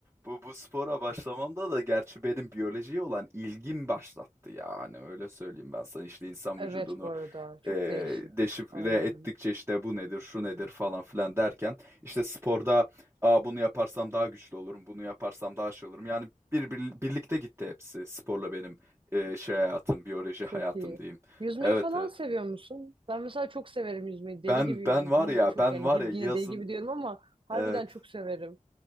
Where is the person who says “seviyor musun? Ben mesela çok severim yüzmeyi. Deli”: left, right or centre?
Right